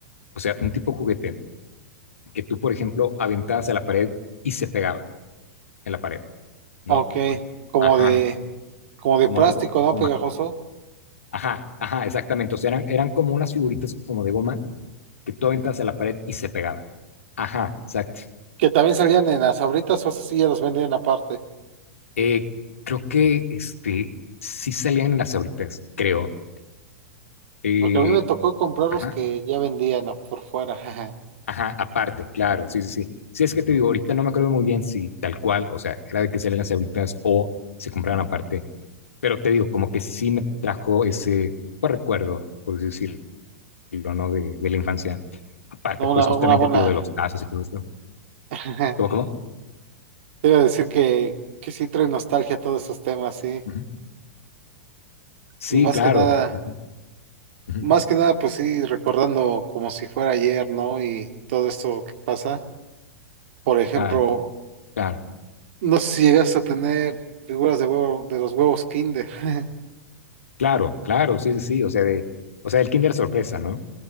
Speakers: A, on the left (about 80°); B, on the right (about 60°).
A: O sea, un tipo juguete que tú, por ejemplo, aventabas a la pared y se pegaba en la pared, ¿no?
B: Ok, como
A: Ajá,
B: de, como de
A: como
B: plástico,
A: de goma.
B: ¿no? Pegajoso.
A: Ajá, ajá, exactamente. O sea, eran, eran como unas figuritas como de goma que tú aventabas a la pared y se pegaban. Ajá, exacto.
B: Que también salían en las abritas o esos sí ya los vendían aparte.
A: Eh, creo que este, sí salían en las ahoritas, creo. Eh,
B: Porque a mí me tocó comprar
A: ajá,
B: los que ya vendían a- por fuera. <laughs>
A: ajá, aparte, claro, sí, sí, sí. Sí, es que te digo, ahorita no me acuerdo muy bien si tal cual, o sea, era de que salían las ahoritas o se compraban aparte. Pero te digo, como que sí me trajo ese pues, recuerdo, por así decirlo, ¿no? De, de la infancia. Aparte,
B: No,
A: pues
B: una,
A: justamente,
B: una buena.
A: te digo de los casos y todo esto.
B: <laughs>
A: ¿Cómo, cómo?
B: Te iba a decir que, que sí trae nostalgia todos esos temas, sí.
A: Ujú. Sí,
B: Y más
A: claro.
B: que nada.
A: Sí, sí. Ujú.
B: Más que nada, pues sí, recordando como si fuera ayer, ¿no? Y todo esto que pasa. Por ejemplo,
A: Claro, claro,
B: no sé si llegas a tener figuras de huevo, de los huevos Kinder. <laughs>
A: claro, claro, sí, sí, sí, o sea, de, o sea, el Kinder sorpresa, ¿no?